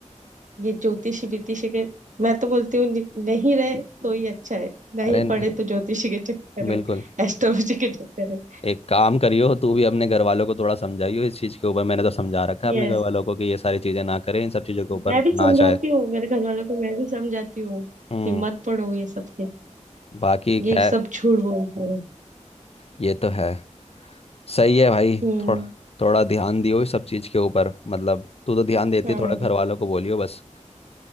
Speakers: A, on the right; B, on the left.
A: ये ज्योतिषी वितिषी के मैं तो बोलती हूँ नि- नहीं रहे तो ही अच्छा है नहीं
B: अरे न-
A: पढ़े तो ज्योतिषी के चक्कर
B: बिल्कुल
A: में एस्ट्रोलॉजी के चक्कर में
B: एक काम करियो तू भी अपने घर वालों को थोड़ा समझाइयो इस चीज के ऊपर मैंने तो समझा रखा है
A: यस
B: अपने घर वालों को कि ये सारी चीजें ना करें इन सब चीजों के ऊपर
A: मैं भी समझाती
B: ना जाए
A: हूँ मेरे घर वालों को मैं भी समझाती हूँ
B: हम्म
A: कि मत पढ़ो ये सब के
B: बाकी
A: ये
B: खैर
A: सब झूठ बोलते हैं
B: ये तो है सही है भाई
A: हम्म
B: थोड़ा थोड़ा ध्यान दियो इस सब चीज के ऊपर मतलब तू तो ध्यान देती
A: हाँ
B: है थोड़ा घर वालों को बोलियो बस